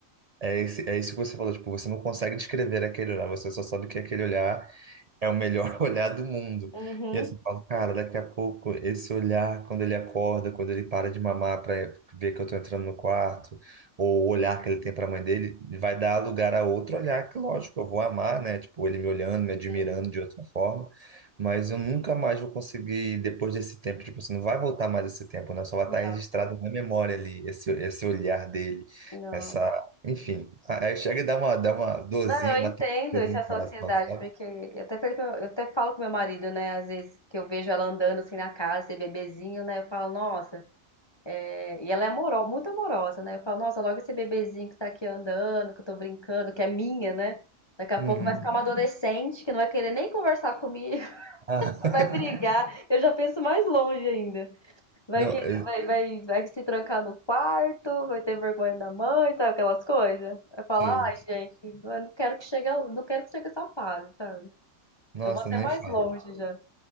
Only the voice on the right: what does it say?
É, esse, é isso que você falou, tipo, você não consegue descrever aquele olhar, você só sabe que aquele olhar é o melhor <laughs> olhar do mundo.
E assim, eu falo, cara, daqui a pouco, esse olhar, quando ele acorda, quando ele para de mamar para ver que eu tô entrando no quarto, ou o olhar que ele tem para a mãe dele, vai dar lugar a outro olhar que, lógico, eu vou amar, né? Tipo, ele me olhando, me admirando
de outra forma, mas eu nunca mais vou conseguir, depois desse tempo, tipo assim, não vai voltar mais esse tempo, né? Só vai
estar registrado na memória ali, esse, esse olhar dele,
essa, enfim. Aí chega e dá uma, dá uma dorzinha,
uma
tristeza
no
coração, sabe?
Uhum.
Ah,
<laughs>
não,
é-
sim.
Nossa,
nem
fala.